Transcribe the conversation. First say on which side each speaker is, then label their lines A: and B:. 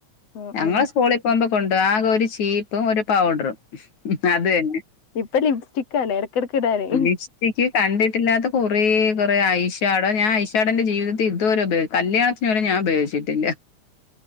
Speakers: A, on the left; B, on the left.
A: ആ
B: ഞങ്ങളെ
A: ആ
B: സ്കൂളി പോകുമ്പോ കൊണ്ടോവ ആകെ ഒരു ചീപ്പും ഒരു പൗഡറും അത് യെന്നെ
A: ഇപ്പൊ ലിപ്സ്റ്റിക്കാണ് ഇടക്കിടക്ക് ഇടാനേ
B: ലിപ്സ്റ്റിക്ക് കണ്ടിട്ടില്ലാത്ത കൊറേ കൊറെ ഐഷാഡോ ഞാ ഐശ് ഡോ ഇന്റെ ജീവിതത്തി ഇതുവരെ ഞാൻ ഉപയോഗി കല്യാണത്തിന് പോലും ഞാ ഉപയോഗിച്ചിട്ടില്ല